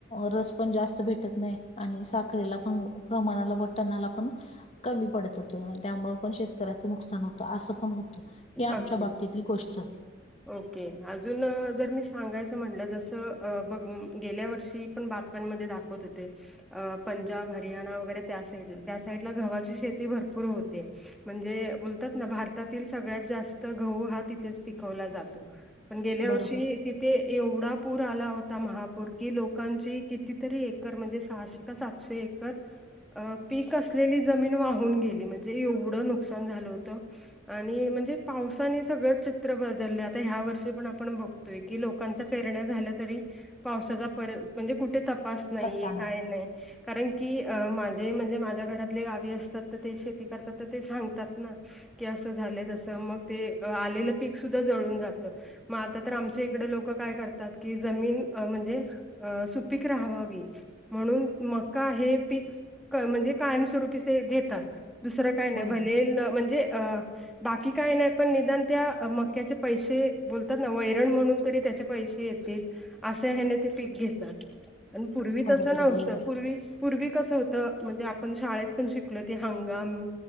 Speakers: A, on the left; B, in the centre.
A: रस पण जास्त भेटत नाही, आणि साकरीला पण प्रमाणाला, बटणाला पण कमी पडत. आणि त्यामुळे पण शेतकऱ्याचं नुकसान होतं,, असं पण होतं,, ही आमच्या
B: अगदीच
A: बाबतीतली गोष्ट.
B: ओके,,, अजून जर मी सांगायचं म्हटलं,, जसं बघ गेल्या वर्षी पण बऽ पण मध्ये दाखवत होते. अ पंजाब, हरियाणा वगैरे त्या साईडला,, त्या साईडला गव्हाची शेती भरपूर होतेऽ म्हणजे,, बोलतात ना भारतातीलऽ सगळ्यात जास्त गहु हा तिथेच पिकवला जातो,, पण गेल्या
A: बरोबर
B: वर्षीऽ तिथे, एवढा पूर आला होता, महापूर,, कि लोकांची कितीतरी एकर,, म्हणजे सहाशे का सातऽ शे एकरऽ अ, पीक असलेली जमीन वाहून गेली,,, म्हणजे एवढं नुकसान झालं होतंऽ आणि, म्हणजे पावसाने सगळं चित्र बदललय,, आता ह्या वर्षी पण आपण बघतोय की लोकऽ लोकांच्या पेरण्या झाल्या तरी,, पावसाचा परत, म्हणजे कुठे तपास नाहीये,,
A: पत्ता
B: काय
A: नाही
B: नाहीये. कारण की,, अ माझे म्हणजे माझ्या घरातले गावी असतात,, तर ते शेती करतात तर ते सांगतात ना. की असं झालंय,, तस मग ते आलेलं पीक सुद्धा जळून जात. मग आता तर आमच्या इकडे लोक काय करतात, की जमीन म्हणजेऽ अ सुपीक राहावावी,, म्हणून मका हे पीकऽ म्हणजे कायमस्वरूपी ते घेतात,, दुसरं काय नाही,,
A: बरोबर
B: भले म्हणजे अऽ बाकी काही नाही पण निदान त्या मक्याचे पैसे,, बोलतात ना,, वैरण म्हणून तरी त्याच्याऽ पैसे येतील,, अशा ह्याने ते पीक घेतात,, प पूर्वी
A: बरोबर
B: तसं नव्हतं,,
A: बरोबर
B: पूर्वीऽ पूर्वी कसं होत? म्हणजे आपण शाळेत पण शिकलो ते हंगामऽ